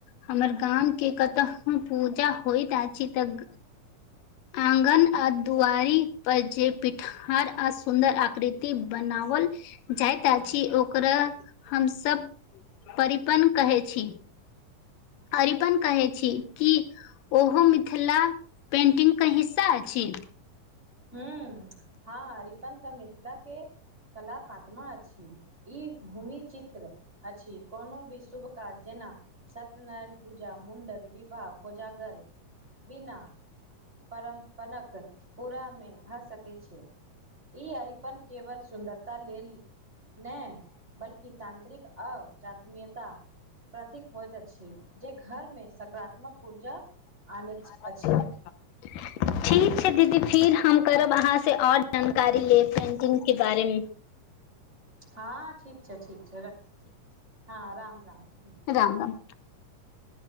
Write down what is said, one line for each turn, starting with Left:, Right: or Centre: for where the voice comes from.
Left: हमर गामके कतहु पूजा होइत आछि तऽ आगन आ दुआरी पर जे पिठार आ सुंदर आकृति बनावल जाइत आछि ओकरा हमसब परिपन कहै छी अरिपन कहै छी कि ओहो मिथिला पेन्टिंगके हिस्सा अछि?
Right: हुं- हँ अरिपन त मिथिला के कलाक आत्मा अछि। इ भूमि चित्र अछि, कोनो भी शुभ कार्य जेना सत्यनारायण पूजा, मुंडन, विवाह, कोजागर बिना परम्पणक पूरा नै भए सकै छैय। इ अरिपन केवल सुन्दरता लेल नय बल्कि तांत्र्रिक अजात्मीयता प्रतीक होइत अछि जे घरमे सकारात्मक ऊर्जा आनैत
Left: <inaudible>
Right: अछि
Left: ठीक छैय दीदी फिर हम करब अहाँ से और जानकारी लेब पेंटिंगके बारेमे।
Right: हँ ठीक छैय, ठीक छैय रखी हँ राम-राम ह।
Left: राम-राम।